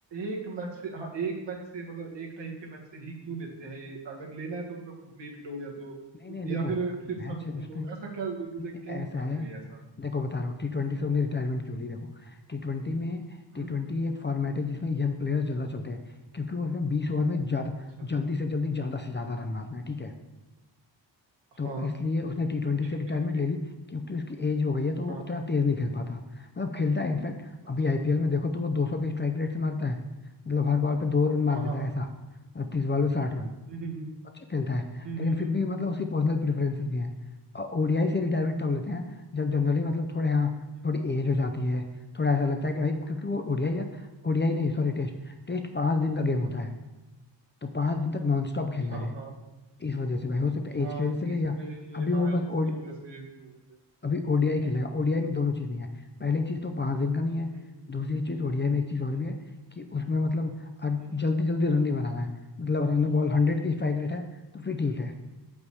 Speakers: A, on the right (about 75°); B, on the left (about 25°).
A: एक मैच से हाँ एक मैच से मतलब एक टाइप के मैच से ही क्यों लेते हैं ये अगर लेना है तो मतलब कंप्लीट लो या तो
B: नहीं नहीं देखो
A: या फिर
B: मैच
A: फिर सभी
B: है
A: खेलो
B: उसमें
A: ऐसा क्या मतलब
B: नहीं नहीं
A: क्यों
B: ऐसा
A: करते
B: है
A: हैं ये ऐसा
B: देखो बता रहा हूँ टी ट्वेंटी से
A: हम्म
B: उन्हें रिटायरमेंट क्यों ली देखो टी ट्वेंटी में टी
A: हम्म,
B: ट्वेंटी एक फॉर्मेट है जिसमें यंग प्लेयर्स ज्यादा चलते हैं क्योंकि उसमें बीस ओवर में ज्यादा
A: अच्छा
B: जल्दी से जल्दी ज्यादा से ज्यादा रन मारना है ठीक है तो
A: हाँ
B: इसलिए उसने टी ट्वेंटी
A: ठीक
B: से रिटायरमेंट
A: ठीक ठीक
B: ले ली क्योंकि उसकी एज हो गई है तो वो
A: हाँ
B: उतना तेज नहीं खेल पाता मतलब खेलता है इनफैक्ट अभी
A: अच्छा
B: आईपीएल में देखो तो वो दो सौ के स्ट्राइक रेट से मारता है मतलब हर बॉल पे दो रन मार
A: हाँ
B: देता
A: हाँ हाँ
B: है ऐसा
A: <laughs>
B: और तीस बॉल में साठ रन
A: हम्म
B: अच्छा खेलता है
A: हम्म
B: लेकिन
A: हम्म
B: फिर
A: हम्म
B: भी
A: हम्म
B: मतलब उसकी पर्सनल प्रेफरेंसेस भी हैं और ओडीआई से रिटायरमेंट तब लेते हैं जब जनरली मतलब थोड़े हाँ
A: हम्म,
B: थोड़ी एज हो जाती है थोड़ा ऐसा लगता है कि भाई क्योंकि वो ओडीआई
A: हम्म, हम्म,
B: यार ओडीआई नहीं सॉरी टेस्ट टेस्ट पांच दिन का गेम होता है तो पांच दिन तक नॉन स्टॉप
A: अच्छा
B: खेलना है
A: हाँ
B: इस वजह से भाई हो सकता
A: हाँ
B: है एज की वजह से ले
A: इसमें
B: लिया
A: ये
B: अभी
A: हाँ
B: वो बस
A: इसकी
B: ओडी
A: वजह से इसकी वजह से
B: अभी ओडीआई खेलेगा ओडीआई में दोनों चीज नहीं है पहली चीज तो पांच दिन का नहीं है
A: हम्म
B: दूसरी चीज ओडीआई में एक चीज और
A: हम्म
B: भी है कि उसमें मतलब
A: हम्म
B: जल्दी जल्दी रन नहीं बनाना है मतलब रन बॉल हंड्रेड की स्ट्राइक
A: हम्म
B: रेट है तो फिर ठीक है